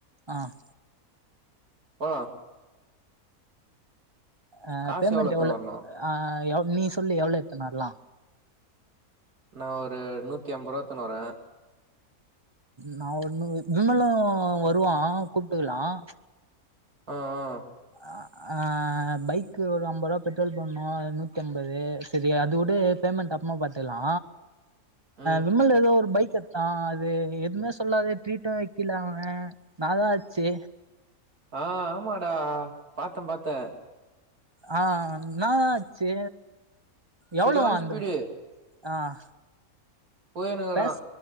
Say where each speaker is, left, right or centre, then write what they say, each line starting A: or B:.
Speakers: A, on the right; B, on the right.
A: ஆஹ்
B: போ
A: அஹ்
B: காசு
A: பேமெண்ட்
B: எவ்ளோ எத்துனு
A: எவ்வளோ
B: வரணு
A: ஆஹ நீ சொல்லு எவ்வளவு எத்துனு வரலா
B: நான் ஒரு நூத்தி ஐம்பது ரூபா எத்தன்னு வறே
A: நான் ஒன்னு விமலு வருவா கூப்பிட்டுக்கலாம்
B: ஆஹ் ஆஹ்
A: ஆஹ ஆ பைக்கு ஒரு ஐம்பது ரூவா பெட்ரோல் போடணு நூத்தண ஐம்பது சரி அது வுடு பேமெண்ட் அப்புரமா பாத்துக்கலா
B: ம்
A: விமல் ஏதோ ஒரு பைக் எடு ஆஹ் அது எதுவுமே சொல்லாத ட்ரீட்டு வைக்கலா அவே நாள் நாளாச்சு
B: ஆஹ் ஆமாடா பாத்தே பாத்தே
A: ஆஹ் என்னாலான ஆச்சி எவ்வளவா
B: செரியான
A: அந்த
B: ஸ்பீடு
A: ஆஹ
B: போயினுக்குறா
A: பேச